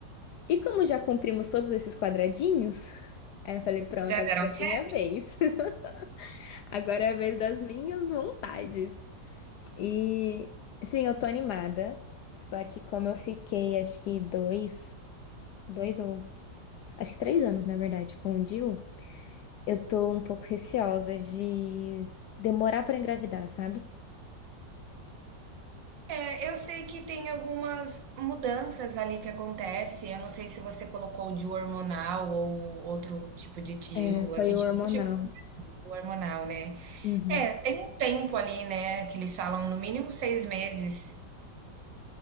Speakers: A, on the left; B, on the right.
A: E como já cumprimos todos esses quadradinhos, aí eu falei: pronto,
B: Já
A: agora
B: deram
A: é
B: check?
A: minha vez. <laughs> Agora é a vez das minhas vontades. E sim, eu tô animada, só que como eu fiquei, acho que dois, dois ou acho que três anos, na verdade, com o Dil. Eu tô um pouco receosa de demorar pra engravidar, sabe?
B: É, eu sei que tem algumas mudanças ali que acontece. Eu não sei se você colocou de hormonal ou outro tipo de tio.
A: É, foi
B: A gente
A: o hormonal.
B: nunca chegou a falar disso, o hormonal, né?
A: Uhum,
B: É, tem um tempo ali, né? Que eles falam no mínimo seis meses